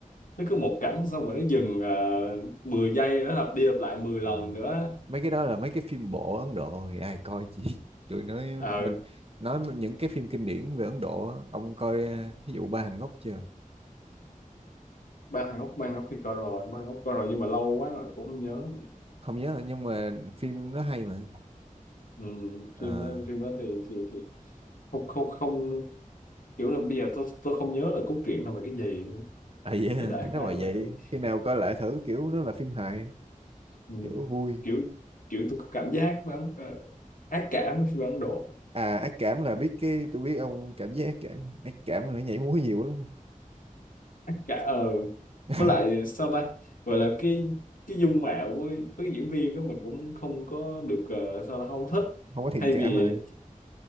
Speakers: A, on the left; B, on the right.
A: nó cứ một cảnh xong rồi nó dừng uh, 10 giây nữa lặp đi lặp lại 10 lần
B: Ờ,
A: nữa
B: mấy cái đó là mấy cái phim bộ Ấn Độ thì ai coi chị tôi <laughs> nói
A: Ờ
B: mình nói những cái phim kinh điển về Ấn Độ á, ông coi ờ, thí dụ Ba Hàng Ngốc chưa
A: ba hàng ốc ba hàng ốc thì coi rồi ba hàng ốc coi rồi nhưng mà lâu quá rồi cũng không nhớ nữa.
B: không nhớ nhưng mà phim nó hay mà
A: ừ,
B: Ờ
A: phim đó phim đó thì thì thì không không không kiểu là bây giờ tôi tôi không nhớ là cốt truyện là về cái gì luôn.
B: à yeah,
A: cái đại
B: nếu
A: khái
B: mà
A: vậy
B: vậy
A: ừ.
B: khi nào coi lại thử kiểu nó là phim hài
A: Ừ.
B: kiểu vui
A: kiểu kiểu tôi có cảm giác vẫn ờ, ác cảm với phim Ấn Độ
B: à ác cảm là biết cái tôi biết ông cảm giác ác cảm ác cảm là nó nhảy múa nhiều lắm đúng
A: Ác cả ờ
B: không
A: với lại sao ta gọi là cái cái dung mạo của với diễn viên đó mình cũng không có được ờ, sao là không thích
B: <laughs> không có thiện
A: thay
B: cảm
A: vì
B: mà